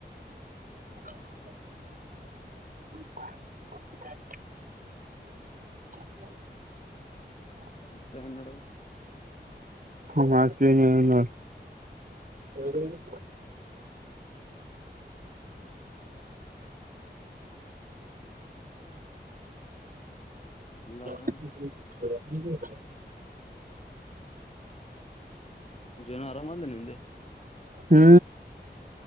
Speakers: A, on the right; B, on the left.
A: <unintelligible> <unintelligible> ಬಂದ್ ಕುಂತೆತೀ. <unintelligible>
B: ಮತ್ತ ಏನ್ ನಡದೇತಿ? <unintelligible>
A: ಮತ್ತ ಏನು ಇಲ್ಲಾ? <unintelligible> ಒಳಗಿಂದ <inaudible>
B: ಎಲ್ಲ ಆರಾಮ್
A: <unintelligible> <inaudible> <unintelligible> <inaudible> <unintelligible>
B: ಜ್ವರ ಆರಾಮ್ ಆದ್ಲ ನಿಂದೆ. <unintelligible>
A: ಹೂ